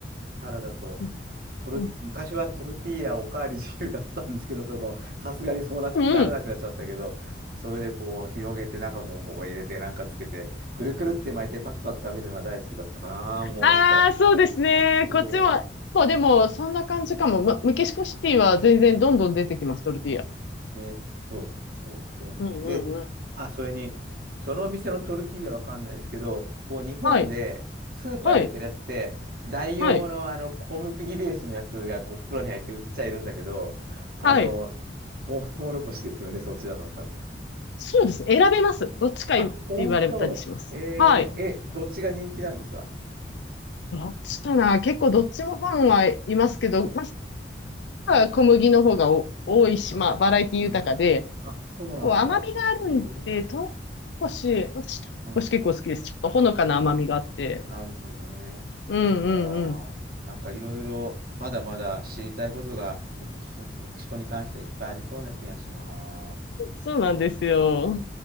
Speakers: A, on the right (about 55°); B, on the left (about 85°).
A: サラダと、
B: うん。
A: トル、
B: うん。
A: 昔はトルティーヤおかわり自由だったんですけど、そこ、さすがにそうな、
B: うん
A: ならなくなっちゃったけど、それでこう、広げて、中もボコボコ入れて、なんかつけて、くるくるって巻いて、パクパク食べるのが大好きだったかな、思い出すと。
B: ああ、そうですね。
A: そう
B: こっちも、そうでも、そんな感じかも。まメキシコシティは全然どんどん出てきます、トルティーヤ。
A: ね、そう、そう、どんどん。
B: うんうんうん。
A: で、あ、それに、そのお店のトルティーヤわかんないですけど、こう、日本でスーパーで売ってるやつって、
B: はい、はい、
A: 代用のあの小麦ベースのやつがこう袋に入って売っちゃいるんだけど、
B: はい、
A: あの、
B: はい。
A: トウモロコシですよね、そちらのは多分。
B: そうですね。選べます。
A: ねあ、
B: どっちかって言われたりします。
A: ほんと。えーえ、
B: はい。
A: どっちが人気なんですか
B: どっちかな。結構どっちもファンはいますけど、まあ、小麦の方がお多いし、
A: あ、
B: まあ、バラエティ豊かで、
A: うん。あ、そうなんだ。
B: こう甘みがあるんで、
A: えー、
B: 唐辛子、私、
A: うん。
B: 唐辛子結構好きです。ちょっとほのかな甘みがあって。
A: うんなるほどね。
B: うんうんうん。
A: いやー、なんかいろいろまだまだ知りたいことがメキシ、メキシコに関してはいっぱいありそうな気がします。
B: そうなんですよ。